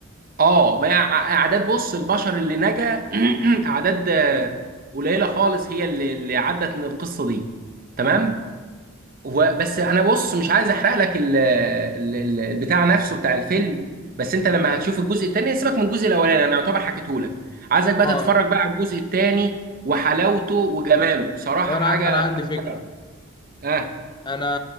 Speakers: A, on the right; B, on the left.
A: اه ما هي ع- اعداد بص البشر اللي نجا <clears throat> اعداد آه، قليله خالص هي اللي, اللي عدت من القصه دي تمام
B: مم.
A: هو بس انا بص مش عايز احرق لك ال ال ال- البتاع نفسه بتاع الفيلم بس انت لما هتشوف الجزء التاني يعني سيبك من الجزء الاولاني انا يعتبر حكيته لك عايزك بقى
B: اه
A: تتفرج بقى على الجزء التاني وحلاوته وجماله بصراحه
B: طب انا
A: حاجه
B: انا عندي فكرة
A: حاجه اه
B: انا